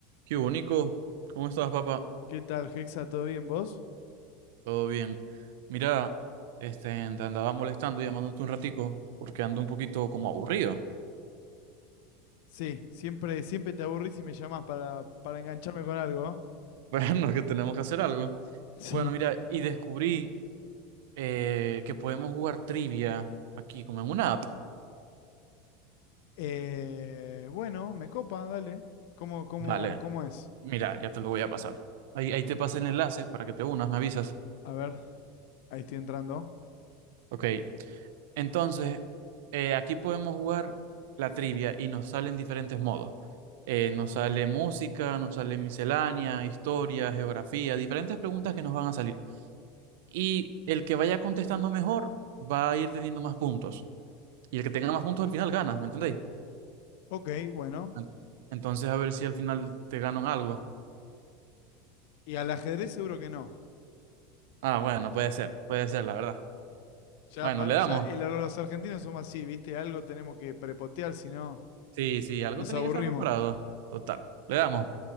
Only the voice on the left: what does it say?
¿Qué tal, Hexa? ¿Todo bien vos?
Sí, siempre, siempre te aburrís y me llamás para, para engancharme con algo. ¿eh?
Sí.
Eh, bueno, me copa, dale. ¿Cómo, cómo,
cómo es?
A ver, ahí estoy entrando.
Ok, bueno.
Y al ajedrez seguro que no.
Ya,
pa-
ya el- los argentinos somos así, ¿viste? Algo tenemos que prepotear, si no
nos
aburrimos.